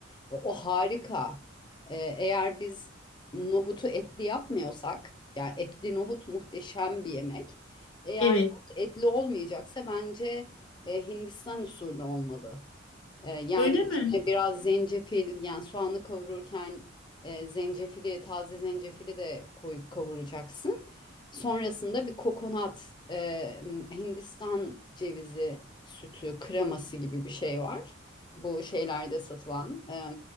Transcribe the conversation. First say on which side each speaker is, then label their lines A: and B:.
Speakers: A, on the left; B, on the left.
A: O harika. Ee, eğer biz nohutu etli yapmıyorsak, yani etli nohut muhteşem bir yemek. Eğer
B: Evet.
A: nohut etli olmayacaksa bence e, Hindistan usulü olmalı. E, yani
B: Öyle
A: içine
B: mi?
A: biraz zencefil yani soğanı kavururken e, zencefili taze zencefili de koyup kavuracaksın. Sonrasında bir kokonat e, Hindistan cevizi sütü kreması gibi bir şey var. Bu şeylerde satılan e,